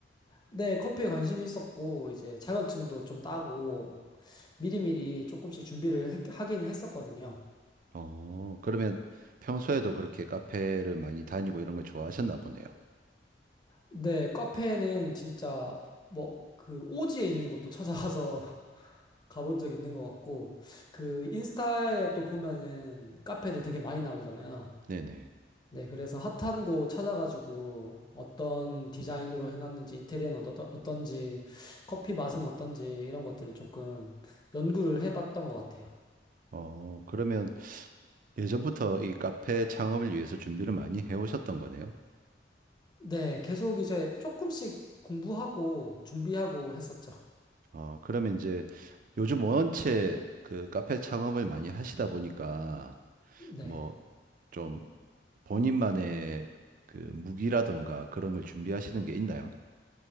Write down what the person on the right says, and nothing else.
어, 그러면 평소에도 그렇게 카페를 많이 다니고 이런 걸 좋아하셨나 보네요.
네네.
어, 그러면 예전부터 이 카페 창업을 위해서 준비를 많이 해오셨던 거네요.
어, 그러면 이제 요즘 원체 그 카페 창업을 많이 하시다 보니까
뭐 좀 본인만의 그 무기라든가 그런 걸 준비하시는 게 있나요?